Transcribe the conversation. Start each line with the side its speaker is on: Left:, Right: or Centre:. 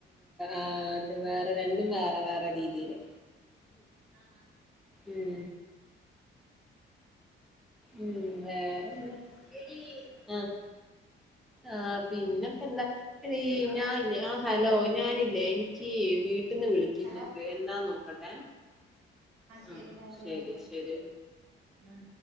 Centre: ആഹ് അത് വേറെ രണ്ടും വേറെ വേറെ രീതിയില്
Right: ആഹ്
Centre: ഉം ഉം വേറെന്ത്‌ എടീ ആഹ് ആഹ് പിന്നെപ്പെന്താ എടീ ഞാനില്ലേ ആ ഹലോ ഞാനില്ലേ എനിക്ക് വീട്ടീന്ന് വിളി ക്കിന്നുണ്ട്
Right: ഹലോ
Centre: എന്താ നോക്കട്ടെ
Right: ശരി
Centre: ആ
Right: നോക്ക്
Centre: ശരി
Right: നോക്ക്
Centre: ശരി
Right: ഉം